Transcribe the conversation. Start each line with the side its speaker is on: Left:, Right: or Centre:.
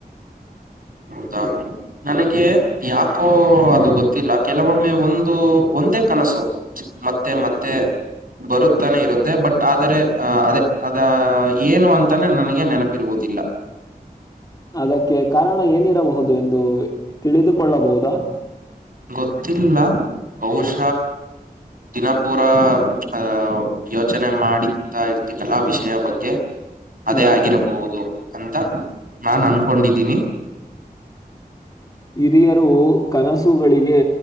Right: ಹೌದಾ. ನನಗೆ ಯಾಕೋ ಅದು ಗೊತ್ತಿಲ್ಲ ಕೆಲವೊಮ್ಮೆ ಒಂದು ಒಂದೇ ಕನಸು ಮತ್ತೆ ಮತ್ತೆ ಬರುತ್ತಾನೆ ಇರುತ್ತೆ ಬಟ್ ಆದರೆ ಅ ಅದೇ ಅದ ಏನು ಅಂತಾನೆ ನನಗೆ ನೆನಪಿರುವು ಜಿಲ್ಲಾ
Left: ಅದಕ್ಕೆ ಕಾರಣ ಏನಿರಬಹುದು ಎಂದು ತಿಳಿದುಕೊಳ್ಳಬಹುದಾ.
Right: ಗೊತ್ತಿಲ್ಲ ಬಹುಶ ದಿನಪೂರ ಅ ಯೋಚನೆ ಮಾಡಿತಾ ಇರ್ತನಲ್ಲ ವಿಷಯ ಬಗ್ಗೆ
Left: ಹ್ಮ್.
Right: ಅದೇ ಆಗಿರಬಹುದು. ಅಂತ ನಾನ ಅನ್ಕೊಂಡಿದ್ದೀನಿ.
Left: ಹಿರಿಯರು ಕನಸುಗಳಿಗೆ